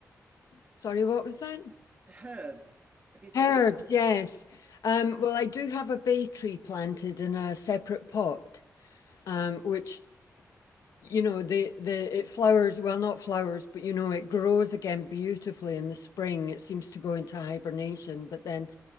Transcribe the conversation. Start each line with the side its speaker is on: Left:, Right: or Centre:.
Left: Sorry, what was that?
Right: Herbs. Have you thought
Left: Herbs, yes. Um, well, I do have a bay tree planted in a separate pot, um, which you know the the it flowers well not flowers but you know it grows again beautifully in the spring. It seems to go into hibernation, but then